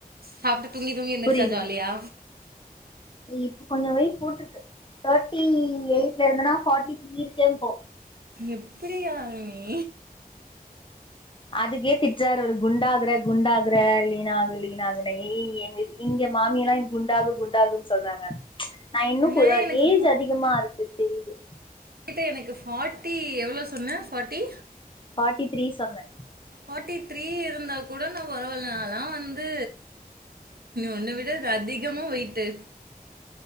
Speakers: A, on the right; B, on the left.
A: சாப்ட்டு தூங்கி தூங்கி எந்துருச்சா
B: புரியல
A: ஜாலியா
B: இப்ப கொஞ்ச வெயிட் போட்ருக்கு தேர்ட்டி எயிட்ல இருந்தனா ஃபார்ட்டி த்ரீ இருக்கே இப்போ
A: எப்டி யாழ்னி
B: அதுக்கே திட் சார் ஒரு குண்டாகுற குண்டாகுற லீனாகு லீனாகுனேய் எங்க இங்க மாமியெல்லா குண்டாகு குண்டாகுன்னு சொல்றாங்க நா இன்னு
A: இல்லை
B: கொஞ்சோ
A: எனக்கு
B: ஏஜ் அதிகமாருக்கு தெரிது
A: ட்ட எனக்கு ஃபார்ட்டி எவ்ளோ சொன்ன ஃபார்ட்டி
B: ஃபாட்டி த்ரீ சொன்னே
A: ஃபார்ட்டி த்ரீ இருந்தா கூட நா பரவாயில்ல நாலாம் வந்து ஒன்ன விட அதி கமா வெய்டு